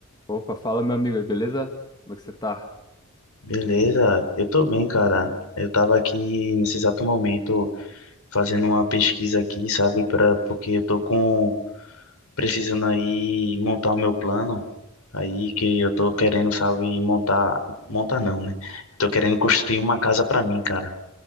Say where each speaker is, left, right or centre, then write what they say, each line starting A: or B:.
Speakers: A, on the left (about 20°); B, on the left (about 80°).
A: Opa, fala meu amigo aí, beleza? Como é que você tá?
B: Beleza, eu tô bem, cara. Eu tava aqui nesse exato momento fazendo uma pesquisa aqui, sabe, para porque eu tô com precisando aí montar o meu plano aí que eu tô querendo, sabe, montar, montar não, né? Tô querendo construir uma casa pra mim, cara.